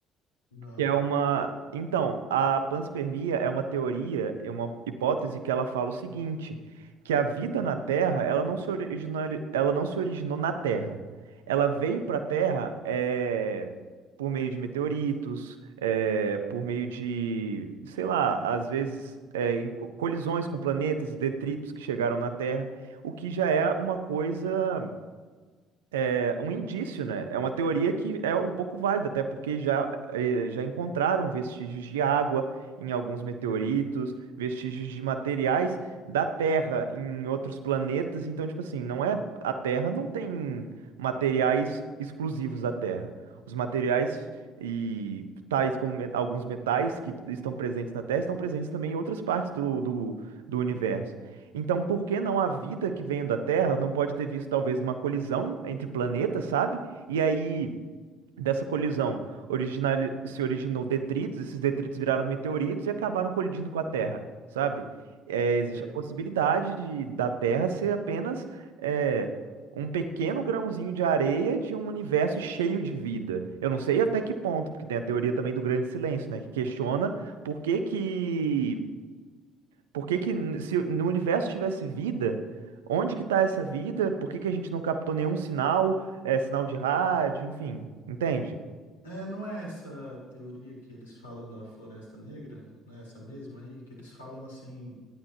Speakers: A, on the left; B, on the right.
A: Não,
B: que é uma. Então, a panspermia é uma teoria, é uma hipótese que ela fala o seguinte, que a vida na Terra, ela não se originou, ela não se originou na Terra. Ela veio para a Terra é, por meio de meteoritos, é, por meio de, sei lá, às vezes é, em co- colisões com planetas, detritos que chegaram na Terra, o que já é uma coisa é, um indício, né? É uma teoria que é um pouco válida, até porque já, eh, já encontraram vestígios de água em alguns meteoritos, vestígios de materiais da Terra em outros planetas. Então, tipo assim, não é a Terra não tem materiais exclusivos da Terra. Os materiais e tais como met- alguns metais que estão presentes na Terra estão presentes também em outras partes do, do do universo. Então, por que não a vida que veio da Terra não pode ter visto talvez uma colisão entre planetas, sabe? E aí, dessa colisão, originar, se originou detritos, esses detritos viraram meteoritos e acabaram colidindo com a Terra, sabe? É, existe
A: sei.
B: a possibilidade de, da Terra ser apenas é, um pequeno grãozinho de areia de um universo cheio de vida. Eu não sei até que ponto, porque tem a teoria também do grande silêncio, né? Que questiona por que que por que que n- se no universo tivesse vida, onde que tá essa vida? Por que que a gente não captou nenhum sinal, é, sinal de rádio, enfim, entende?
A: É, não é essa teoria que eles falam da Floresta Negra? Não é essa mesma aí? Que eles falam assim.